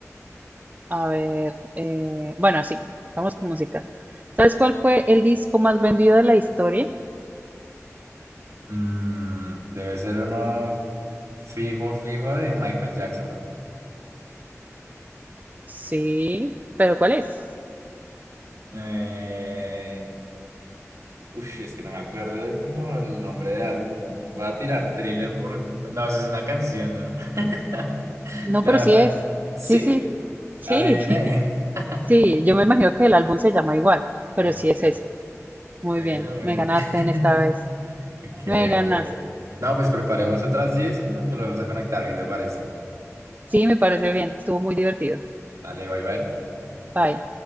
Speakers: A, on the right; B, on the right.
A: A ver, eh, bueno, sí, vamos con música. ¿Sabes cuál fue el disco más vendido de la historia?
B: Mm, debe ser uno fijo, fijo de Michael Jackson.
A: Sí, pero ¿cuál es?
B: Eh, Ush, es que no me acuerdo de como el nombre del álbum. Voy a tirar Thriller por... No, eso es una canción, ¿no? <laughs>
A: No,
B: La
A: pero
B: verdad,
A: sí es.
B: sí,
A: Sí, sí, sí,
B: adiviné.
A: <laughs>
B: <laughs>
A: sí. Yo me imagino que el álbum se llama igual, pero
B: Ok,
A: sí es ese.
B: bueno,
A: Muy bien,
B: bueno.
A: me ganaste
B: <laughs>
A: en esta vez.
B: Ok,
A: Me ganaste.
B: ok. No, pues preparemos otras 10 y nos volvemos a conectar, ¿qué te parece?
A: Sí, me parece bien. Estuvo muy divertido.
B: Dale, bye, bye.
A: Bye.